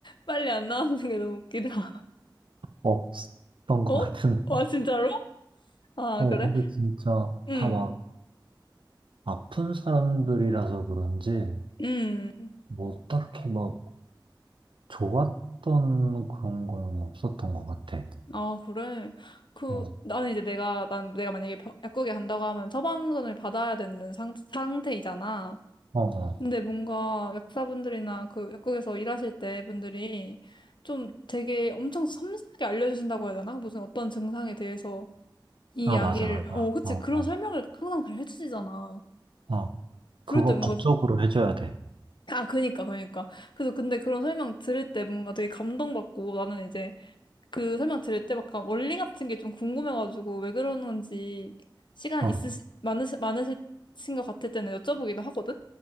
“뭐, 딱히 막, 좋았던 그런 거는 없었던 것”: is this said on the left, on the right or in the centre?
Right